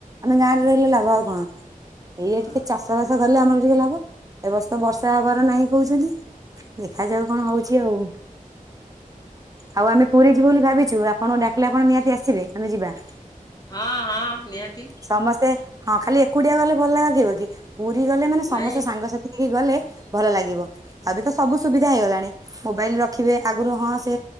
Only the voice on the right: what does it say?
ଆମେ ଗାଁରେ ରହିଲେ ଲଭ ଆଉ କଣ? ଏଇଆ
ଟିକେ ଚାଷ ବାସ କଲେ ଆମର ଟିକେ ଲାଭ। ଏ ବର୍ଷ ତ ବର୍ଷା ହବାର ନାହିଁ କହୁଚନ୍ତି। ଦେଖାଯାଉ କଣ ହଉଚି ଆଉ। ଆଉ ଆମେ ପୁରୀ ଯିବୁ ବୋଲି ଭାବିଛୁ ଆପଣଙ୍କୁ ଡାକିଲେ ଆପଣ ନିହାତି ଆସିବେ ଆମେ ଯିବା।
ସମସ୍ତେ ହଁ ଖାଲି ଏକୁଟିଆ ଗଲେ ଭଲ ଲାଗିବ କି। ପୁରୀ ଗଲେ ମାନେ ସମସ୍ତେ
ସାଙ୍ଗସାଥି ହେଇ କି ଗଲେ ଭଲ ଲାଗିବ ଆଉ ଏବେ ତ ସବୁ ସୁବିଧା ହେଇଗଲାଣି। ମୋବାଇଲ ରଖିବେ ଆଗରୁ ହଁ ସେ